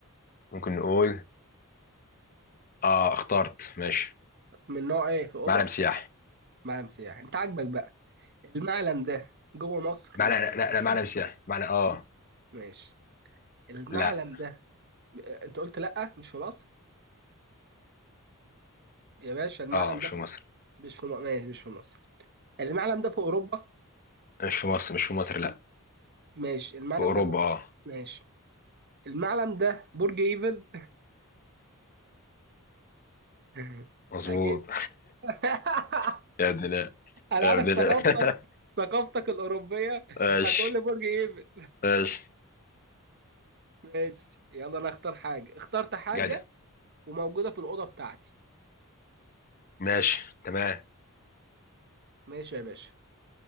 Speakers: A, on the left (about 40°); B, on the right (about 50°).
A: ممكن نقول اه اخترت ماشي
B: من نوع إيه في أوضة
A: معلم سياحي
B: معلم سياحي أنت عاجبك بقى المعلم ده جوه مصر
A: معلم لا لا لا، معلم سياحي معلم اه
B: ماشي المعلم
A: لا
B: ده انت قلت لا مش في مصر يا باشا المعلم
A: اه مش
B: ده
A: في
B: في...
A: مصر
B: مش في م- ماشي مش في مصر المعلم ده في اوروبا
A: مش في مصر مش في مصر لا
B: ماشي المعلم
A: في أوروبا
B: ده في
A: اه
B: ماشي المعلم ده برج ايفل <laughs>
A: مظبوط
B: اكيد <laughs>
A: <laughs> يا ابن لا
B: انا
A: يا
B: عارف
A: ابن
B: ثقافتك
A: لا <laughs>
B: ثقافتك الاوروبيه
A: ماشي
B: هتقول لي برج ايفل
A: ماشي
B: ماشي يلا انا اختار حاجه اخترت حاجه
A: جدع
B: وموجوده في الاوضه بتاعتي
A: ماشي تمام
B: ماشي يا باشا